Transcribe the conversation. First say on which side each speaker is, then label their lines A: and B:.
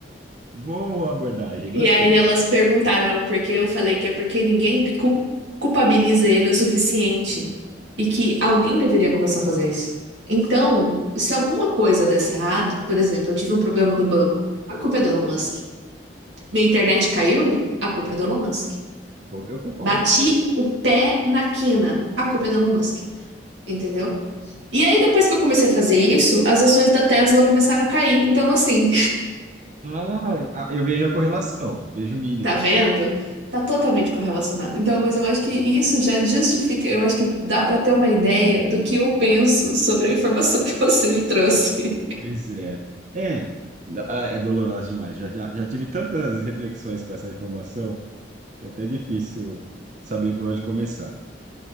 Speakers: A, on the right; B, on the right.
A: Boa abordagem,
B: E
A: gostei.
B: aí elas perguntaram por que eu falei que é porque ninguém cu- culpabiliza ele o suficiente e que alguém deveria começar a fazer isso. Então, se alguma coisa desse errado, por exemplo, eu tive um problema no banco, a culpa é do Elon Musk. Minha internet caiu, a culpa é do Elon Musk.
A: Eu concordo.
B: Bati o pé na quina, a culpa é do Elon Musk. entendeu? E aí, depois que eu comecei a fazer isso, as ações da Tesla começaram a cair. Então, assim,
A: Ah, ah, eu vejo a correlação, vejo
B: <laughs>
A: o mínimo
B: tá vendo?
A: aí.
B: Tá totalmente correlacionado. Então, mas eu acho que
A: Boa.
B: isso já justifica, eu acho que dá pra ter uma ideia do que eu penso sobre a informação <laughs> que você me trouxe.
A: Pois é. É, no- ah, é doloroso demais. Já, já, já tive tantas reflexões com essa informação que é até difícil saber por onde começar.